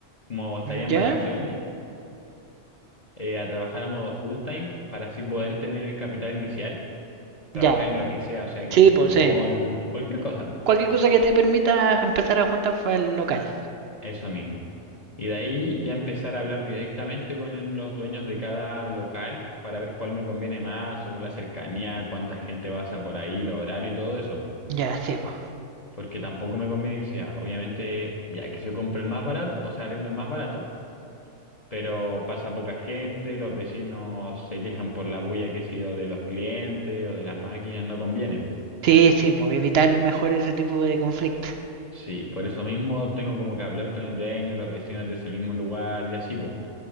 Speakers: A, on the left; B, on the right.
A: como estaría en
B: ¿Ya?
A: vacaciones, eh, a trabajar a modo full time para así poder tener el capital inicial, trabajar
B: Ya.
A: en lo que sea, o sea que
B: Sí,
A: sea en
B: pues
A: un mall,
B: sí.
A: cualquier cosa, po.
B: Cualquier cosa que te permita empezar a juntar para el local.
A: Eso mismo. Y de ahí ya empezar a hablar directamente con el- los dueños de cada local para ver cuál me conviene más, según la cercanía, cuánta gente pasa por ahí, los horarios y todo eso. po.
B: Ya, sí, pues.
A: Porque tampoco me conviene que sea, obviamente, ya que se compre el más barato, o sea, arriendo el más barato, pero pasa poca gente, los vecinos se quejan por la bulla, qué sé yo, de los clientes o de las máquinas, no conviene, po.
B: Sí, sí, pues evitar mejor ese tipo de conflicto.
A: Sí, por eso mismo tengo como que hablar con el dueño, los vecinos de ese mismo lugar y así, po.